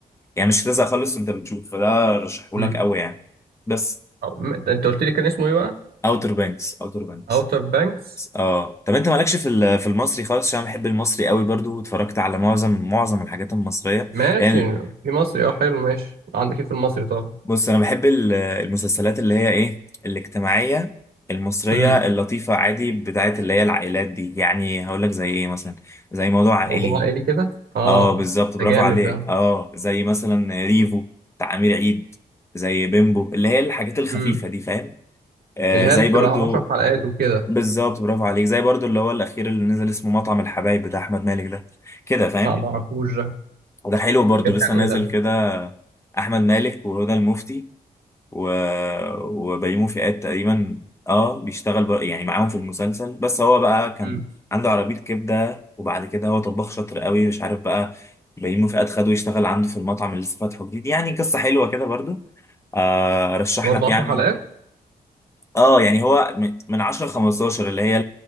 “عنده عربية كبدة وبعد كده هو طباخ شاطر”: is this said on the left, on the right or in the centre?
Left